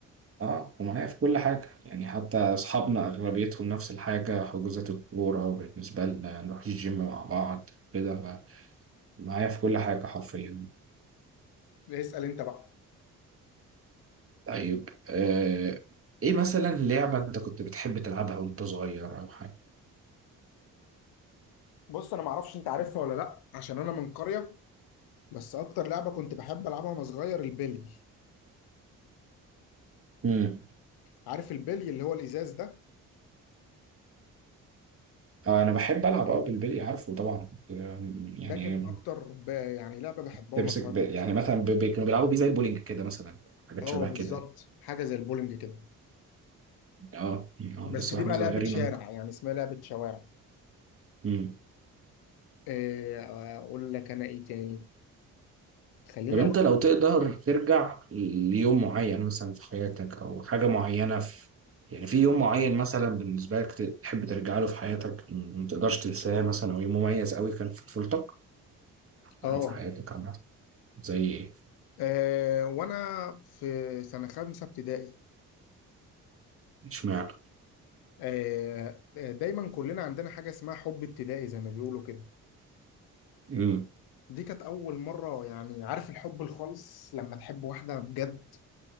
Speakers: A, on the right (about 35°); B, on the left (about 85°).
A: اه ومعايا في كل حاجة يعني حتى أصحابنا أغلبيتهم نفس الحاجة حجوزات الكورة بالنسبة لنا نروح الجيم مع بعض كده معايا في كل حاجة حرفيا
B: اسأل أنت بقى
A: طيب آه، ايه مثلا لعبة انت كنت بتحب تلعبها وانت صغير او حاجة
B: بص انا ما اعرفش انت عارفها ولا لا عشان انا من قريه بس اكتر لعبه كنت بحب العبها وانا صغير البلي
A: امم
B: عارف البلي اللي هو الازاز ده
A: آه، انا بحب العب اه بالبلي عارفه طبعا كنت، آم، يعني
B: ده كان اكتر ب... يعني لعبه بحبها
A: تمسك
B: وانا صغير
A: ب... يعني
B: بصراحه
A: مثلا ب... ب... كانوا بيلعبوا بيه زي البولينج كده مثلا حاجات
B: اه
A: شبه
B: بالظبط
A: كده يعني.
B: حاجه زي البولينج كده
A: اه يعني آه،
B: بس
A: بس
B: دي
A: واحنا
B: بقى
A: صغيرين
B: لعبه شارع يعني اسمها لعبه شوارع
A: امم
B: إيه اقول لك انا ايه تاني خليني
A: طب انت
B: اقول
A: لو تقدر ترجع ليوم معين مثلا في حياتك او حاجة معينة في يعني في يوم معين مثلا بالنسبة لك ت- تحب ترجع له في حياتك ما تقدرش تنساه مثلا او يوم مميز قوي كان في طفولتك
B: اه
A: او في حياتك عامة زي ايه
B: آه، وانا في سنه خامسه ابتدائي
A: اشمعنى
B: آه، آه، دايما كلنا عندنا حاجه اسمها حب ابتدائي زي ما بيقولوا كده
A: امم
B: دي كانت أول مرة يعني عارف الحب الخالص لما تحب واحدة بجد